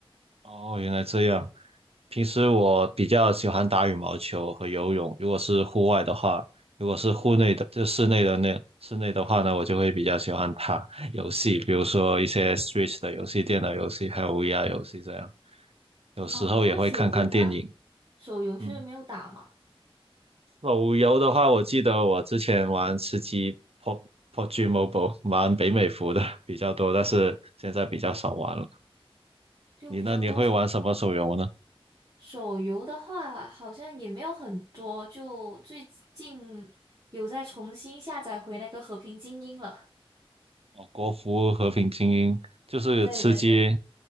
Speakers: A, on the right; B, on the right.
A: 哦，原来这样。平时我比较喜欢打羽毛球和游泳，如果是户外的话，如果是户内的，就室内的那室内的话呢，我就会比较喜欢打 <laughs> 游戏，比如说一些 Switch 的游戏、电脑游戏，还有 VR 游戏这样。有时候也会看看电影。
B: 哦，那水壶呢？手游是没有打嘛，
A: 嗯，手游的话，我记得我之前玩吃鸡 PUB p U B g Mobile，玩北美服的 <laughs> 比较多，但是现在比较少玩了。
B: 就比较多是。
A: 你呢？你会玩什么手游呢？
B: 手游的话，好像也没有很多，就最近有在重新下载回那个《和平精英》了。
A: 哦，国服和平精英就是吃鸡，
B: 对对对，